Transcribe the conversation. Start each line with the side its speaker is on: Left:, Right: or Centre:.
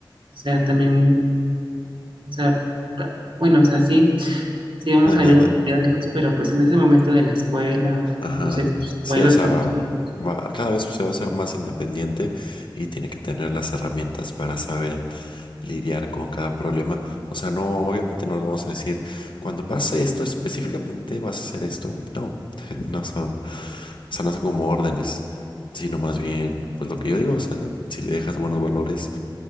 Right: o sea, también, o sea, bueno, o sea, sí sí vamos
Left: <laughs>
Right: a ayudarlos, pero pues en ese momento de la escuela,
Left: Ajá,
Right: no sé, con sus abuelos,
Left: sí, o sea,
Right: con tus tíos,
Left: va- cada vez se va a ser más independiente y tiene que tener las herramientas para saber lidiar con cada problema. O sea, no, obviamente no lo vamos a decir, cuando pase esto específicamente vas a hacer esto. No, <laughs> no son, o sea, no son como órdenes, sino más bien, pues lo que yo digo, o sea, si le dejas buenos valores